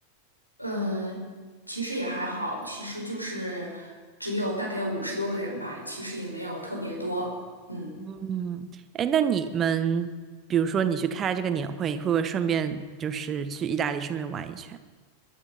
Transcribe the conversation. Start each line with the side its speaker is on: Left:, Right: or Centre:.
Left: 嗯，其实也还好，其实就是只有大概五十多个人吧，其实也没有特别多。嗯
Right: 嗯，哎，那你们，比如说你去开这个年会，你会不会顺便就是去意大利顺便玩一圈？